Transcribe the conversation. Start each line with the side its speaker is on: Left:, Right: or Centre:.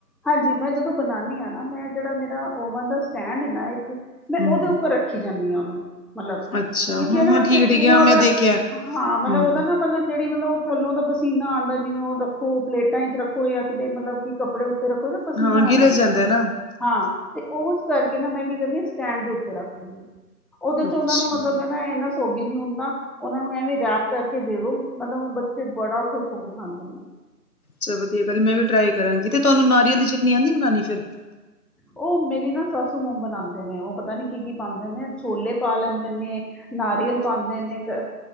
Centre: ਹਾਂਜੀ, ਮੈਂ ਜਦੋਂ ਬਣਾਉਂਦੀ ਹਾਂ ਨਾ, ਮੈਂ ਜਿਹੜਾ ਮੇਰਾ ਓਵਨ ਦਾ ਸਟੈਂਡ ਹੈ ਨਾ, ਇੱਕ ਮੈਂ
Left: ਹਮ
Centre: ਉਹਦੇ ਉੱਪਰ ਰੱਖੀ ਜਾਂਦੀ ਆ। ਉਹਨੂੰ ਮਤਲਬ
Left: ਅੱਛਾ
Centre: ਕਿਉਂਕਿ
Left: ਹਾਂ
Centre: ਹੈ ਨਾ,
Left: ਹਾਂ
Centre: ਉੱਥੇ
Left: ਠੀਕ
Centre: ਜਿਵੇਂ-
Left: ਠੀਕ ਹੈ ਹਾਂ ਮੈਂ
Centre: ਉਹਦਾ
Left: ਦੇਖਿਆ
Centre: ਹਾਂ, ਮਤਲਬ
Left: ਹਮ
Centre: ਉਹਦਾ ਨਾ, ਮਤਲਬ ਜਿਹੜੀ ਮਤਲਬ ਉਹ ਥੱਲੋਂ ਦਾ ਪਸੀਨਾ ਆਉਂਦਾ, ਜਿਵੇਂ- ਉਹ ਰੱਖੋ ਪਲੇਟਾਂ ਚ ਰੱਖੋ ਜਾਂ ਕਿਤੇ, ਮਤਲਬ ਕਿ ਕੱਪੜੇ ਰੱਖੋ। ਪਸੀਨਾ
Left: ਹਾਂ ਗਿਰ
Centre: ਆ ਜਾਂਦਾ
Left: ਜਾਂਦੇ
Centre: ਮਤਲਬ
Left: ਆ ਨਾ।
Centre: ਹਾਂ, ਤੇ ਉਸ ਕਰਕੇ ਨਾ ਮੈਂ ਕੀ ਕਰਨੀ, ਸਟੈਂਡ ਦੇ ਉੱਤੇ ਰੱਖ ਦਿਨੀ ਆ। ਉਹਦੇ ਚ
Left: ਅੱਛਾ
Centre: ਉਹਨਾ ਨੂੰ ਮਤਲਬ ਮੈਂ ਨਾ ਇੰਨਾ ਸੋਗੀ ਨੀ ਹੁੰਦਾ ਉਹਨਾਂ ਨੂੰ, ਐਵੇਂ ਰੈਪ ਕਰਕੇ ਦੇ, ਦੋ ਮਤਲਬ ਓ ਬੱਚੇ ਬੜਾ ਖੁਸ਼ ਹੋ ਕੇ ਖਾਂਦੇ ਨੇ।
Left: ਚਲ ਵਧੀਆ ਗੱਲ, ਮੈਂ ਵੀ ਟਰਾਈ ਕਰਾਂਗੀ ਤੇ ਤੁਹਾਨੂੰ ਨਾਰੀਅਲ ਦੀ ਚਟਨੀ ਆਂਦੀ ਬਣਾਨੀ ਫਿਰ।
Centre: ਓ ਮੇਰੀ ਨਾ ਸਾਸੂ ਮੋਮ ਬਣਾਂਦੇ ਨੇ, ਓ ਪਤਾ ਨੀ ਕੀ-ਕੀ ਪਾਂਦੇ ਨੇ, ਛੋਲੇ ਪਾ ਲੈਂਦੇ ਨੇ। ਨਾਰੀਅਲ ਪਾਂਦੇ ਨੇ ਇੱਕ।